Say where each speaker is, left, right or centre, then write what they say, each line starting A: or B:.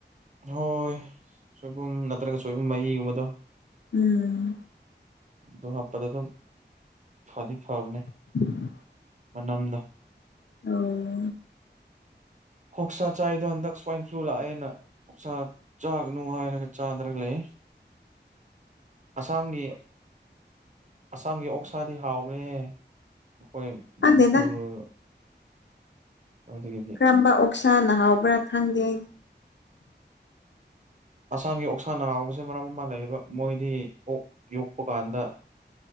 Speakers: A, on the right; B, on the left.
A: ꯍꯣꯏ ꯁꯣꯏꯕꯨꯝ ꯅꯠꯇ꯭ꯔꯒ ꯁꯣꯏꯕꯨꯝ ꯃꯍꯤꯒꯨꯝꯕꯗꯣ
B: ꯎꯝ
A: ꯗꯣ ꯍꯥꯞꯄꯗꯣꯀꯣ ꯐꯗꯤ ꯐꯕꯅꯦ꯫
B: <unintelligible>
A: ꯃꯅꯝꯗ
B: <unintelligible>
A: ꯍꯣꯛꯁꯥ ꯆꯥꯏꯗꯣ ꯍꯟꯗꯛ ꯁ꯭ꯋꯥꯏꯟ ꯐ꯭ꯂꯨ ꯂꯥꯛꯑꯦꯅ ꯁꯥꯥ ꯆꯥꯛꯅꯨ ꯍꯥꯏꯔꯒ ꯆꯥꯗ꯭ꯔꯒ ꯂꯩ ꯑꯁꯥꯝꯒꯤ ꯑꯁꯥꯝꯒꯤ ꯑꯣꯛꯁꯥꯗꯤ ꯍꯥꯎꯕꯅꯦ ꯃꯈꯣꯏ
B: ꯈꯪꯗꯦꯗ
A: ꯃꯅꯤꯄꯨꯔ ꯑꯗꯨꯒꯤꯗꯤ
B: ꯀꯔꯝꯕ ꯑꯣꯛꯁꯥ ꯅ ꯍꯥꯎꯕ꯭ꯔꯥ ꯈꯪꯗꯦ꯫
A: ꯑꯁꯥꯝꯒꯤ ꯑꯣꯛꯁꯥꯅ ꯍꯥꯎꯕꯁꯦ ꯃꯔꯝ ꯑꯃ ꯂꯩꯌꯦꯕ ꯃꯣꯏꯗꯤ ꯑꯣꯛ ꯌꯣꯛꯄ ꯀꯥꯟꯗ